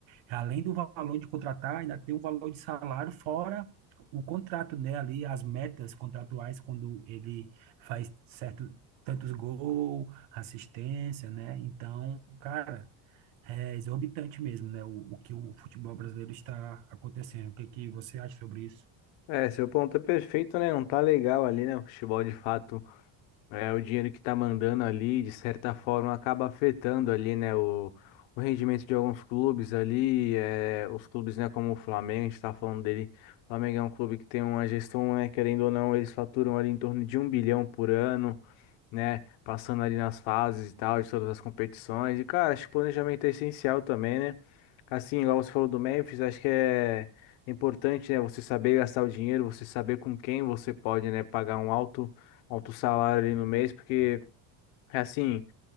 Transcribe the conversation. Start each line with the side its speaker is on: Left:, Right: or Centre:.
Right: Além do valor de contratar, ainda tem o valor de salário fora o contrato, né? Ali as metas contratuais quando ele faz certo tantos gols, assistência, né? Então, cara, é exorbitante mesmo, né? O, o que o futebol brasileiro está acontecendo. O que que você acha sobre isso?
Left: É, seu ponto é perfeito, né? Não tá legal ali, né? O futebol, de fato, É, o dinheiro que tá mandando ali, de certa forma, acaba afetando ali, né, o, o rendimento de alguns clubes ali, é, os clubes, né, como o Flamengo, a gente tá falando dele, o Flamengo é um clube que tem uma gestão, né, querendo ou não, eles faturam ali em torno de um bilhão por ano, né? Passando ali nas fases e tal, de todas as competições. E, cara, acho que planejamento é essencial também, né? Assim, igual você falou do Memphis, acho que é importante, né? Você saber gastar o dinheiro, você saber com quem você pode, né? Pagar um alto, alto salário ali no mês, porque, assim